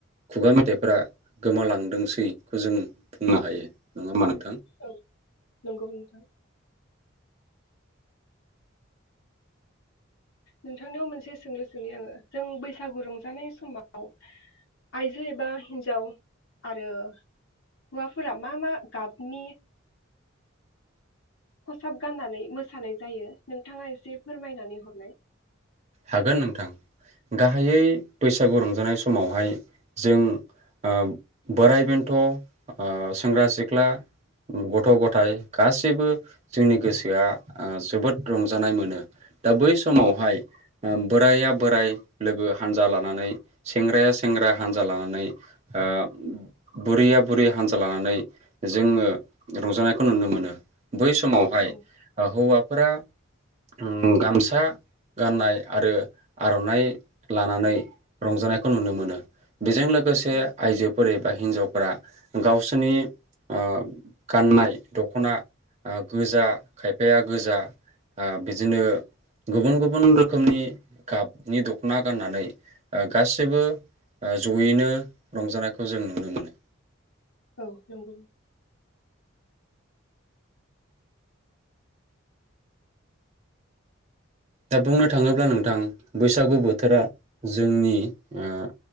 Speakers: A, on the right; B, on the left.
A: खुगा मेथाइफोरा गोमालांदोंसै जों बुंनो हायो नङा होमबा नों
B: औ नंगौ नोंथां नोंथांनियाव मोनसे सोंलु सोंनि आङो जों बैसागु रंजानाय समाव आइजो एबा हिनजाव आरो हौवाफोरा मा मा गाबनि खसाब गाननानै मोसानाय जायो नोंथाङा एसे फोरमायनानै हरनाय।
A: हागोन नोंथां। गाहायै बैसागु रंजानाय समावहाय जों ओ बोराइ-बेन्थ', ओ सेंग्रा-सिख्ला, गथ'-गथाइ गासैबो जोंनि गोसोआ आ जोबोद रंजानाय मोनो दा बै समावहाय बोराया बोराय लोगो हानजा लानानै, सेंग्राया सेंग्रा हानजा लानानै ओ बुरैया बुरै हानजा लानानै जोङो रंजानायखौ नुनो मोनो बै समावहाय
B: औ
A: ओ हौवा फोरा उम गामसा गाननाय आरो आर'नाइ लानानै रंजानायखौ नुनो मोनो बेजों लोगोसे
B: औ
A: आइजोफोर एबा हिनजाव फोरा गावसोरनि ओ गाननाय दख'ना आ गोजा खायफाया गोजा ओ बिदिनो गुबुन गुबुन गुबुन रोखोमनि गाबनि दख'ना गाननानै ओ गासैबो ओ जयैनो रंजानायखौ जों नुनो मोनो
B: औ नंगौ
A: दा बुंनो थाङोब्ला नोंथां बैसागु बोथोरा जोंनि ओ